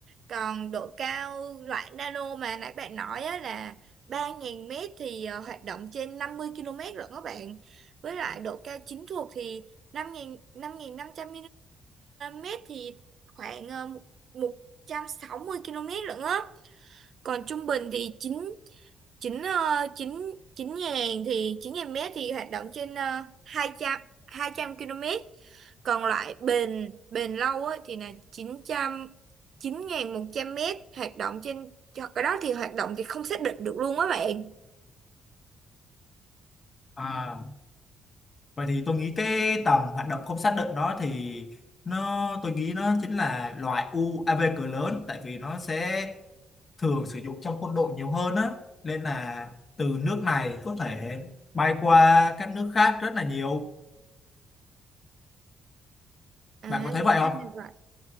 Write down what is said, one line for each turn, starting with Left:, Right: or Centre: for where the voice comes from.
Right: còn độ cao loại nano mà nãy bạn nói á, là 3.000 mét thì ờ, hoạt động trên 50 km rồi các bạn với lại độ cao chính thuộc thì năm nghìn năm nghìn năm trăm mét thì khoảng ờ, một một km lận á còn trung bình thì chín chín ờ, chín chín ngàn thì chín ngàn mét thì hoạt động trên ờ, hai trăm hai trăm km còn loại bền bền lâu á thì là chín trăm chín ngàn một trăm mét hoạt động trên cho cái đó thì hoạt động thì không xác định được luôn á bạn
Left: à Vậy thì tôi nghĩ cái tầm hoạt động không xác định đó thì nó tôi nghĩ nó chính là loại UAV cỡ lớn tại vì nó sẽ thường sử dụng trong quân đội nhiều hơn á nên là từ nước này có thể bay qua các nước khác rất là nhiều
Right: à
Left: bạn có thấy
Right: vì
Left: vậy không?
Right: thế này vậy